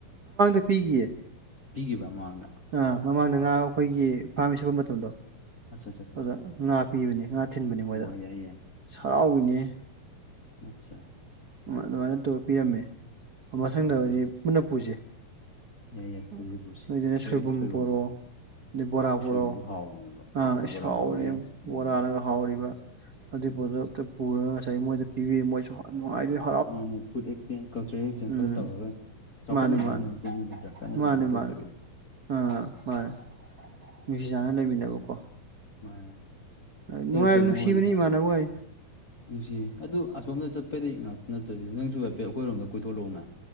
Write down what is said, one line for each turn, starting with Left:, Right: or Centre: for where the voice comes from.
Right: ꯄꯤꯈꯤꯌꯦ
Left: ꯄꯤꯒꯤꯕ꯭ꯔꯥ ꯃꯃꯥꯡꯗ
Right: ꯑꯥ ꯃꯃꯥꯡꯗ ꯉꯥ ꯑꯩꯈꯣꯏꯒꯤ ꯐꯥꯝ ꯁꯤꯠꯄ ꯃꯇꯝꯗꯣ
Left: ꯑꯠꯆꯥ ꯑꯠꯆꯥ
Right: ꯑꯗꯨꯗ
Left: ꯑꯠꯆꯥ
Right: ꯉꯥ ꯄꯤꯕꯅꯤ ꯉꯥ ꯊꯤꯟꯕꯅꯤ ꯃꯣꯏꯗ
Left: ꯑꯣ ꯌꯥꯏ
Right: ꯁꯥꯎꯕꯤꯅꯦ
Left: ꯅꯠꯇꯔ
Right: ꯍꯣꯏ ꯑꯗꯨꯃꯥꯏꯅ ꯇꯧ ꯄꯤꯔꯝꯃꯦ
Left: ꯑꯗꯨ
Right: ꯃꯊꯪꯗꯗꯤ
Left: ꯌꯥꯏ ꯑꯗꯨ ꯌꯥꯏ
Right: ꯄꯨꯟꯅ ꯄꯨꯁꯦ
Left: ꯌꯥꯏ ꯌꯥꯏ
Right: ꯑꯣ
Left: ꯄꯨꯁꯤ ꯄꯨꯁꯤ
Right: ꯅꯣꯏꯗꯤꯅ
Left: ꯑꯩꯈꯣꯏ
Right: ꯁꯣꯏꯕꯨꯝ
Left: ꯁꯣꯏꯕꯨꯝꯗꯣ
Right: ꯄꯣꯔꯣ ꯑꯗꯩ ꯕꯣꯔꯥ
Left: ꯑꯩꯈꯣꯏ
Right: ꯄꯣꯔꯣ
Left: ꯁꯣꯏꯕꯨꯝꯗꯣ ꯍꯥꯎꯕꯅꯦꯕ
Right: ꯍ
Left: ꯀꯣ
Right: ꯏꯁ
Left: ꯕꯣꯔꯥ
Right: ꯍꯥꯎꯕꯤꯅꯤ
Left: ꯄꯨ ꯌꯥꯏ ꯎꯝ
Right: ꯕꯣꯔꯥꯅꯒ ꯍꯥꯎꯔꯤꯕ ꯑꯗꯨꯏ
Left: ꯎꯝ
Right: ꯄꯣꯠꯇꯣ ꯄꯨꯔꯒ ꯉꯁꯥꯏ ꯃꯣꯏꯗ ꯄꯤꯕꯤꯌꯨ ꯃꯣꯏꯁꯨ ꯍ ꯅꯨꯡꯉꯥꯏ <unintelligible>
Left: ꯃꯥꯅꯦ ꯐꯨꯗ ꯑꯦꯛꯆꯦꯟꯖ ꯀꯜꯆꯔꯦꯜ ꯑꯦꯛꯁꯆꯦꯟꯖ
Right: ꯎꯝ
Left: ꯈꯔ ꯇꯧꯔꯒ ꯆꯥꯎꯈꯠꯃꯤꯟꯅꯔ
Right: ꯃꯥꯅꯦ ꯃꯥꯅꯦ
Left: ꯄꯨꯟꯕ ꯅꯠꯇ꯭ꯔꯥ ꯈꯠꯅ
Right: ꯃꯥꯅꯦ
Left: ꯆꯩꯅ ꯊꯣꯛꯇꯕꯤ
Right: ꯃꯥꯅꯦ ꯑꯥ ꯃꯥꯅꯦ ꯅꯨꯡꯁꯤ ꯆꯥꯟꯅ ꯂꯩꯃꯤꯟꯅꯕꯀꯣ
Left: ꯃꯥꯅꯦ
Right: ꯑ ꯅꯨꯡꯉꯥꯏꯕ
Left: ꯑꯦ ꯀꯩꯅꯣ
Right: ꯅꯨꯡꯁꯤꯕꯅꯤ
Left: ꯍꯣꯏꯅꯦ ꯑꯁ
Right: ꯏꯃꯥꯟꯅꯕ ꯍꯣꯏ
Left: ꯅꯨꯡꯁꯤꯌꯦ ꯑꯗꯨ ꯑꯁꯣꯝꯗ ꯆꯠꯄꯗꯤ ꯉꯥꯛ ꯅꯠꯇꯕꯤꯗ ꯅꯪꯁꯨ ꯍꯥꯏꯐꯦꯠ ꯑꯩꯈꯣꯏꯔꯣꯝꯗ ꯀꯣꯏꯊꯣꯛꯔꯛꯎꯅ